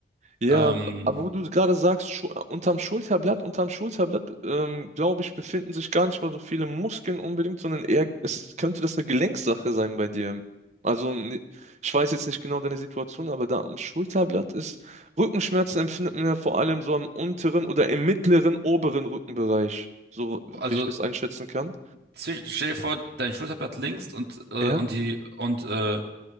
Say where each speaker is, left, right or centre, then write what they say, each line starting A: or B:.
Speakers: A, on the right; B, on the right.
A: Ja,
B: Ähm,
A: aber wo du gerade sagst, Schu unterm Schulterblatt, unterm Schulterblatt, ähm, glaube ich, befinden sich gar nicht mal so viele Muskeln unbedingt, sondern eher, es könnte das eine Gelenksache sein bei dir. Also, ne- ich weiß jetzt nicht genau deine Situation, aber da am Schulterblatt ist, Rückenschmerzen empfindet man ja vor allem so am unteren oder im mittleren, oberen Rückenbereich, so wie
B: also
A: ich das einschätzen kann.
B: zwisch- stell dir vor, dein Schulterblatt links und äh,
A: Ja.
B: und die und äh,